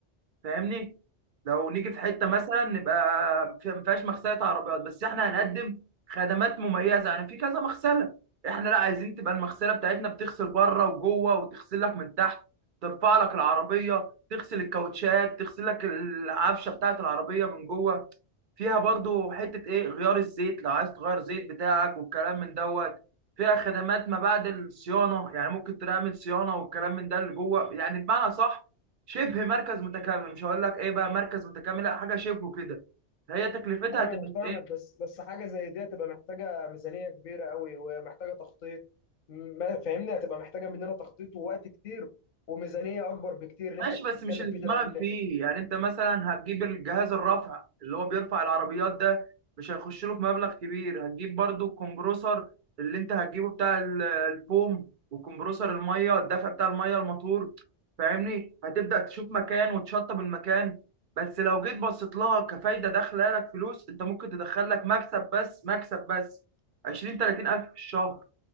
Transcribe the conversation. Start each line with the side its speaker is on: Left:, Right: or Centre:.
Right: فاهمني لو نيجي في حته مثلا نبقى في- ما فيهاش مغسله عربيات بس احنا هنقدم خدمات مميزه يعني في كذا مغسله احنا لا عايزين تبقى المغسله بتاعتنا بتغسل بره وجوه وتغسل لك من تحت ترفع لك العربيه تغسل الكاوتشات تغسل لك العفشه بتاعت العربيه من جوه فيها برضو حته ايه غيار الزيت لو عايز تغير زيت بتاعك والكلام من دوت فيها خدمات ما بعد الصيانه يعني ممكن تعمل صيانه والكلام من ده اللي جوه يعني بمعنى صح شبه مركز متكامل مش هقول لك ايه بقى مركز متكامل لا حاجه شبهه كده هي تكلفتها
Left: ايوه
Right: هتبقى
Left: انا فاهمك
Right: في ايه
Left: بس بس حاجه زي دي هتبقى محتاجه ميزانيه كبيره قوي ومحتاجه تخطيط م- ما فاهمني هتبقى محتاجه مننا تخطيط ووقت كتير وميزانيه اكبر بكتير اللي
Right: ماشي
Left: انت بتتكلم
Right: بس مش اللي
Left: فيه
Right: في دماغك
Left: ده لان
Right: فيه يعني انت مثلا هتجيب الجهاز الرفع اللي هو بيرفع العربيات ده مش هيخش له في مبلغ كبير هتجيب برضو الكمبروسر اللي انت هتجيبه بتاع ال- الفوم وكمبروسر الميه الدفع بتاع الميه الموتور فاهمني هتبدأ تشوف مكان وتشطب المكان بس لو جيت بصيت لها كفايدة داخلة لك فلوس انت ممكن تدخل لك مكسب بس مكسب بس 20 30 ألف في الشهر